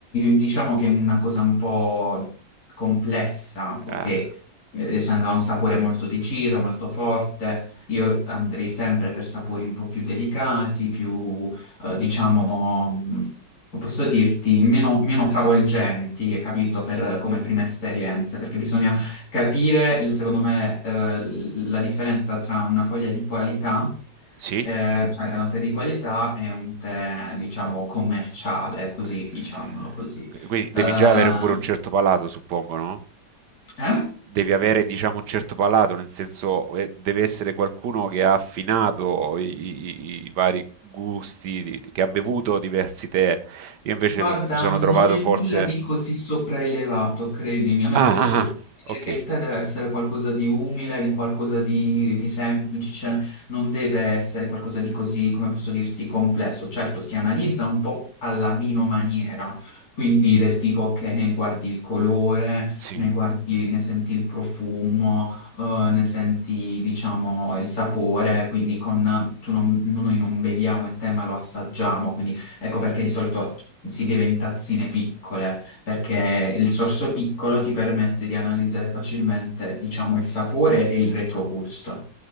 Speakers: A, on the left; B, on the right.
A: diciamo che è una cosa un po' complessa, ok?
B: ah,
A: Eh, Essendo un sapore molto deciso, molto forte, io andrei sempre per sapori un po' più delicati, più, eh, diciamo, mh, come posso dirti, meno, meno travolgenti, capito, per, come prima esperienza, perché bisogna capire, il- secondo me, eh, la differenza tra una foglia di qualità,
B: sì?
A: eh, cioè da un tè di qualità e un tè, diciamo, commerciale, così,
B: Eh,
A: diciamolo così.
B: eh, Quindi devi
A: Eh,
B: già avere pure un certo palato, suppongo, no?
A: eh?
B: Devi avere, diciamo, un certo palato, nel senso, eh, deve essere qualcuno che ha affinato i, i- i vari gusti, di- che ha bevuto diversi tè. Io invece
A: Guarda,
B: mi mi sono
A: non
B: trovato
A: è
B: forse...
A: nulla di così sopraelevato, credimi. A me
B: Ah,
A: piace
B: ah,
A: pensare
B: ah, ok,
A: che il tè deve essere qualcosa di umile, di qualcosa di, di semplice, non deve essere qualcosa di così, come posso dirti, complesso. Certo, si analizza un po' alla vinomaniera, quindi del tipo che ne guardi il colore,
B: sì,
A: ne guardi, ne senti il profumo, eh, ne senti, diciamo, il sapore, quindi con, tu non- noi non beviamo il tè, ma lo assaggiamo, quindi Ecco perché di solito si beve in tazzine piccole, perché il sorso piccolo ti permette di analizzare facilmente, diciamo, il sapore e il retrogusto.